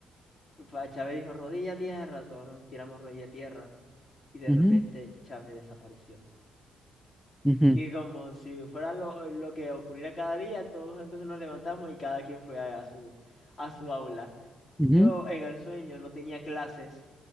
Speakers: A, on the left; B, in the centre.
A: pa- Chávez dijo, rodilla a tierra, todos nos tiramos rodilla a tierra. Y de
B: Ujú,
A: repente Chávez desapareció.
B: ujú,
A: Y como si fuera lo, lo que ocurriera cada día, todos entonces nos levantamos y cada quien fue a, a su, a su aula. Yo
B: ujú,
A: en el sueño no tenía clases,